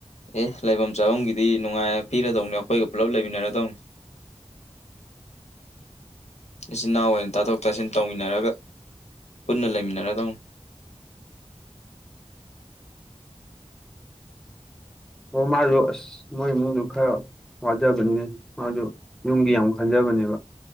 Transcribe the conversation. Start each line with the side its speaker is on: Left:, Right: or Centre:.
Left: ꯑꯦ ꯂꯩꯐꯝ ꯆꯥꯐꯝꯒꯤꯗꯤ ꯅꯨꯡꯉꯥꯏ ꯄꯤꯔꯗꯧꯅꯤ ꯑꯩꯈꯣꯏꯒ ꯄꯨꯜꯂꯞ ꯂꯩꯃꯤꯟꯅꯔꯗꯧꯅꯤ ꯏꯆꯤꯟ ꯏꯅꯥꯎ ꯑꯣꯏꯅ ꯇꯥꯊꯣꯛ ꯇꯥꯁꯤꯟ ꯇꯧꯃꯤꯟꯅꯔꯒ ꯄꯨꯟꯅ ꯂꯩꯃꯤꯟꯅꯔꯗꯧ
Centre: ꯑꯣ ꯃꯥꯁꯨ ꯑꯁ ꯃꯣꯏ ꯏꯃꯨꯡꯗ ꯈꯔ ꯋꯥꯖꯕꯅꯤꯅꯦ ꯃꯥꯁꯨ ꯌꯨꯝꯒꯤ ꯌꯥꯝ ꯈꯟꯖꯕ <unintelligible>